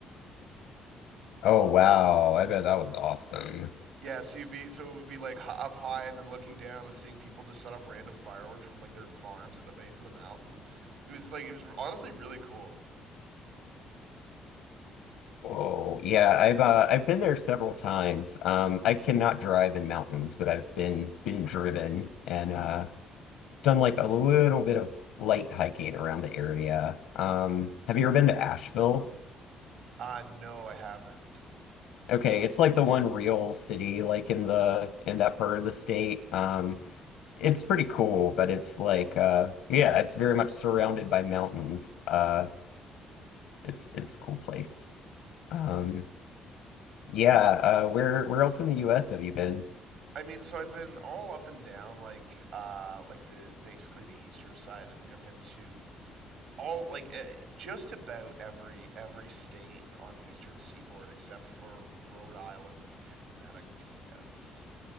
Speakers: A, on the left; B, on the right.
A: Oh wow, I bet that was awesome.
B: Yeah, so you'd be so it would be like up high and then looking down and seeing people just set off random fireworks from like their farms at the base of the mountain. It was like it was honestly really cool.
A: Whoa. Yeah, I've uh, I've been there several times. Um, I cannot drive in mountains, but I've been been driven and uh, done like a little bit of light hiking around the area. Um, have you ever been to Asheville?
B: Uh no, I haven't.
A: Okay, it's like the one real city like in the in that part of the state. Um, it's pretty cool, but it's like uh, yeah, it's very much surrounded by mountains. Uh, it's it's a cool place. Um, Yeah, uh, where where else in the US have you been?
B: I mean, so I've been all up and down like uh like the basically the eastern side. I think I've been to all like uh, just about every every state on the eastern seaboard except for Rhode Island and Connecticut.